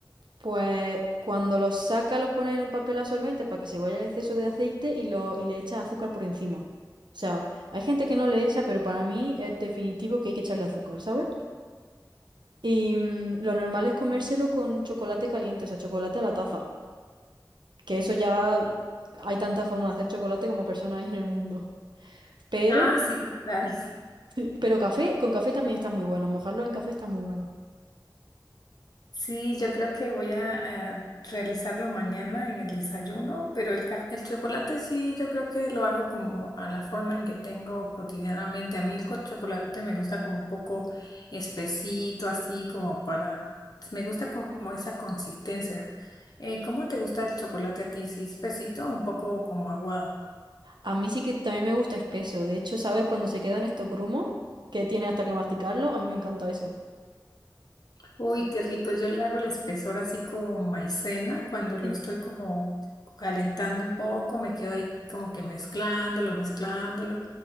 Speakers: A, on the right; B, on the left.
A: Pues cuando los sacas los pones en un papel absorbente para que se vaya el exceso de aceite y, lo, y le echas azúcar por encima. O sea, hay gente que no le echa, pero para mí es definitivo que hay que echarle azúcar, ¿sabes? Y mm, lo normal es comérselo con chocolate caliente, o sea, chocolate a la taza. Que eso ya hay tantas formas de hacer chocolate como personas hay en el mundo. Pero,
B: Ah, sí, total.
A: Sí. pero café, con café también está muy bueno. Mojarlo en café está muy bueno.
B: Sí, yo creo que voy a, a realizarlo mañana en el desayuno, pero el, caf- el chocolate sí, yo creo que lo hago como a la forma en que tengo cotidianamente. A mí el co- chocolate me gusta como un poco espesito, así como
A: Mm.
B: para, me gusta como esa consistencia. Eh, ¿cómo te gusta el chocolate a ti? ¿Sí espesito o un poco como aguado?
A: A mí sí que también me gusta espeso. De hecho, ¿sabes cuando se quedan estos grumos? Que tiene hasta que masticarlo. A mí me encanta eso.
B: Uy, qué rico. Yo le hago el espesor así con maicena cuando lo
A: Sí,
B: estoy como calentando un poco, me quedo ahí como que mezclándolo, mezclándolo,